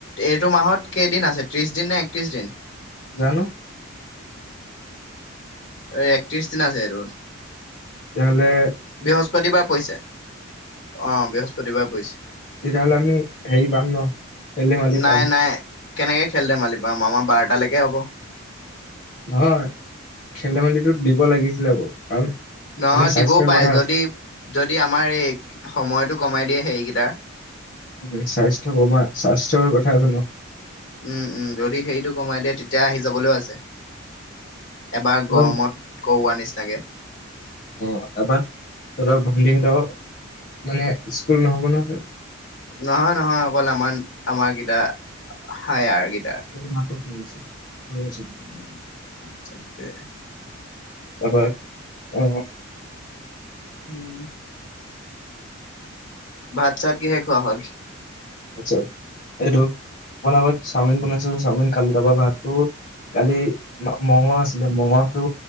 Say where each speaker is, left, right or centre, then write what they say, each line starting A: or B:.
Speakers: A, on the left; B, on the left.
A: এইটো মাহত কেইদিন আছে ত্ৰিশ দিন নে একত্ৰিশ দিন?
B: জানো।
A: এই একত্ৰিশ দিন আছে এইটো।
B: তেতিয়াহলে
A: বৃহস্পতিবাৰ পৰিছে অ' বৃহস্পতিবাৰ পৰিছে।
B: তেতিয়াহ'লে আমি হেৰি পাম ন খেল-ধেমালি
A: নাই
B: পাম।
A: নাই কেনেকে খেল-ধেমালি পাম আমাৰ বাৰটালৈকে হ'ব।
B: নহয় খেল-ধেমালিটো দিব লাগিছিলে আকৌ কাৰণ
A: নহয়
B: মানে স্বাস্থ্যৰ
A: দিবও পাৰে
B: কথা
A: যদি,
B: আছে
A: যদি আমাৰ এই সময়তটো কমাই সেইকেইটা।
B: উম স্বাস্থ্য কমা স্বাস্থ্যৰ কথা আছে ন?
A: উম উম যদি হেৰিটো কমাই দিয়ে তেতিয়া আহি যাবলৈও আছে। এবাৰ
B: তোমাৰ
A: গৰমত কৰোৱা নিচিনাকে।
B: আহ তাৰপা তহঁতৰ ভণ্টিহঁতৰ মানে স্কুল নহ'ব ন?
A: নহয় নহয়, অকল আমাৰ আমাৰ কেইটা হায়াৰ কি
B: সেয়ে নাটক কৰিছে। কৰি আছো
A: উম তাকে।
B: তাৰপৰা অহ
A: উম ভাত-চাত কিহে খোৱা হ'ল?
B: আচ্ছা এইটো অকণমান আগত চাওমিন বনাইছিলোঁ চাওমিন খালোঁ তাৰপা ভাতটো কালি মঙহ আছিলে মঙহটো